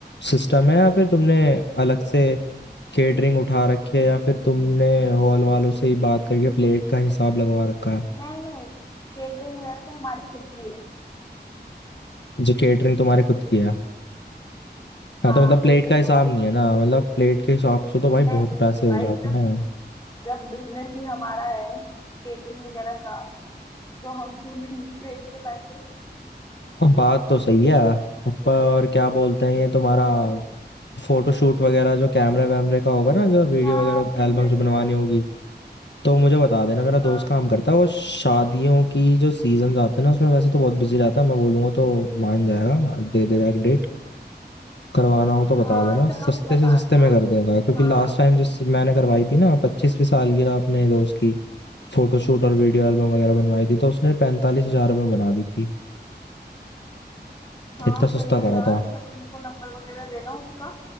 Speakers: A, on the left; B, on the left.
A: सिस्टम है या फिर तुमने अलग से केटरिंग उठा रखी है या फिर तुमने हॉल वालों से ही बात करके प्लेट का हिसाब लगवा रखा है
B: नहीं नहीं केटरिंग वगैरह तो हमारी खुद की है
A: जो केटरिंग तुम्हारी खुद की है हाँ
B: हाँ
A: तो मतलब
B: केटरिंग
A: प्लेट का हिसाब
B: तो हमारी
A: नहीं
B: खुद
A: है ना
B: की है
A: मतलब प्लेट के हिसाब से तो भाई
B: नहीं
A: बहुत
B: नहीं
A: पैसे हो
B: भाई
A: जाते
B: जब
A: हैं
B: जब बिजनेस ही हमारा है केटरिंग वगैरह का तो हम क्यों लेंगे प्लेट्स के पैसे
A: हाँ, बात तो सही है पर क्या बोलते हैं ये तुम्हारा फोटोशूट वगैरह जो कैमरे वैमरे का होगा ना जो वीडियो
B: हाँ
A: वगैरह
B: प्री
A: एल्बम्स
B: वेडिंग
A: बनवानी
B: शूट
A: होगी तो मुझे बता देना मेरा दोस्त
B: हाँ
A: काम करता है वो शादियों की जो सीजन आते हैं ना उसमें वैसे तो बहुत बिजी रहता है मैं बोलूंगा तो मान जाएगा दे देगा एक डेट करवाना हो तो बता
B: हाँ
A: देना
B: चलो
A: सस्ते
B: फिर बता
A: से सस्ते
B: देना
A: में कर देगा क्योंकि
B: हाँ
A: लास्ट टाइम जिस मैंने
B: ठीक
A: करवाई
B: है
A: थी
B: ठीक
A: ना पच्चीसवीं
B: है
A: सालगिरह अपने दोस्त की फोटोशूट और वीडियो
B: हम्म
A: एल्बम वगैरह बनवाई थी तो उसने पैंतालीस हजार रुपये में बना दी थी
B: हाँ
A: इतना
B: सही
A: सस्ता
B: है
A: करा
B: यार
A: था
B: चलो मेरे को नंबर वगैरह देना उसका